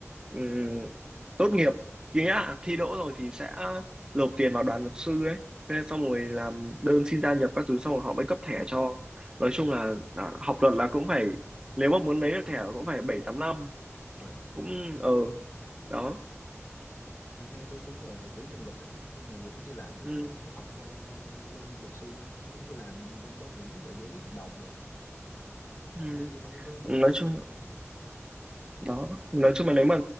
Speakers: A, on the right; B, on the left.
A: ừm, tốt nghiệp nghĩa là thi đỗ rồi thì sẽ nộp tiền vào đoàn luật sư ấy thế xong rồi làm đơn xin gia nhập các thứ xong rồi họ mới cấp thẻ cho nói chung là à, học luật là cũng phải nếu mà muốn lấy được thẻ là cũng phải bảy tám năm
B: rồi.
A: cũng ờ đó
B: anh hai tôi cũng là cử nhân luật á nhưng mà giờ cũng đi làm chứ
A: ừ.
B: cũng không có học ờ, lên luật sư nữa cũng đi làm bên bảo hiểm rồi giải quyết hợp đồng rồi á
A: Ừ.
B: chứ cũng không có bên
A: nói
B: ờ,
A: chung
B: ấy.
A: đó nói chung là nếu mà